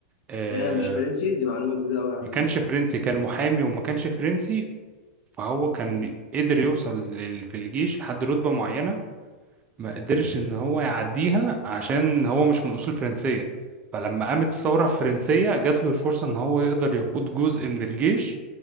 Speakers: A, on the right; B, on the left.
A: آه،
B: يا مش فرنسي دي معلومة جديدة أوي عن
A: ما كانش فرنسي كان محامي وما كانش فرنسي فهو كان قدر يوصل لل- في الجيش لحد رتبة معينة ما قدرش ان هو يعديها عشان هو مش من اصول فرنسية فلما قامت الثورة الفرنسية جات له الفرصة ان هو يقدر يقود جزء من الجيش